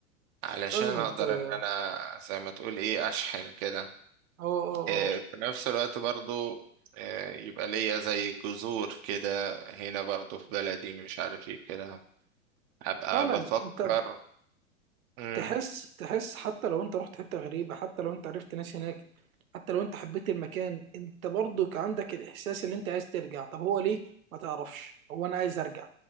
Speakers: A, on the right (about 40°); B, on the right (about 75°).
A: علشان
B: لازم
A: اقدر
B: انت اه
A: ان انا زي ما تقول ايه اشحن كده
B: اه اه
A: آه، في نفس الوقت برضو آه، يبقى ليا زي جذور كده هنا برضو في بلدي مش عارف ايه كده ابقى
B: فعلا
A: بفكر
B: انت
A: مم،
B: تحس تحس حتى لو انت رحت حتة غريبة حتى لو انت عرفت ناس هناك حتى لو انت حبيت المكان انت برضك عندك الاحساس اللي انت عايز ترجع طب هو ليه ما تعرفش هو انا عايز ارجع